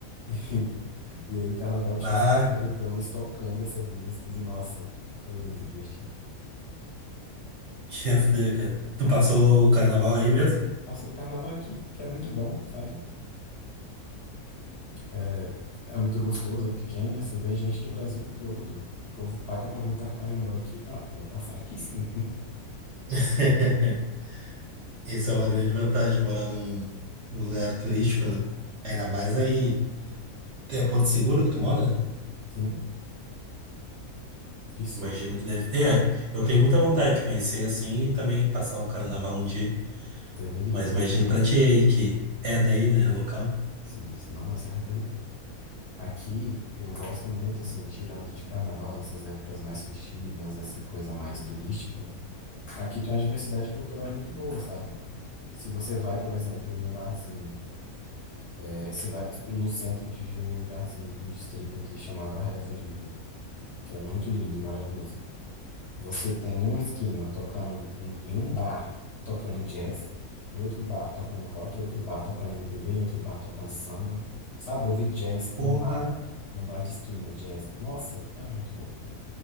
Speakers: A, on the left; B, on the right.
A: E, e aí no carnaval tinha
B: Ah,
A: esses paredões tocando essas músicas, e nossa, foi muito divertido.
B: tinha fuder, cara. Tu passou o carnaval aí mesmo?
A: Passei o carnaval aqui, que é muito bom, sabe? É, é muito gostoso, é pequeno, e assim, vem gente do Brasil todo. O povo paga pra vir pra cá, e eu moro aqui. Ah, vou passar aqui sim.
B: <laughs> Essa é uma grande vantagem de morar num, num lugar turístico, né? Ainda mais aí. É Porto Seguro que tu mora? né?
A: Sim, isso,
B: Imagino que deve. É, eu tenho muita vontade de conhecer assim e também passar um carnaval um dia.
A: deveria.
B: Mas imagino pra ti aí que é daí, né? É Local.
A: Sim, senão vai se arrepender. Aqui eu gosto muito, assim, tirando de carnaval, dessas épocas mais festivas, essa coisa mais turística. Aqui tem uma diversidade cultural muito boa, sabe? Se você vai, por exemplo, em um barzinho, é, você vai no centro de um lugarzinho, de um distrito aqui chamado Arraial da Ajuda, que é muito lindo, maravilhoso. Você tem uma esquina tocando um- em um bar tocando jazz, em outro bar tocando rock, em outro bar tocando MPB, em outro bar tocando samba. Sabe, eu vi jazz
B: Porra.
A: num bar, num bar de esquina, jazz. Nossa, é muito bom.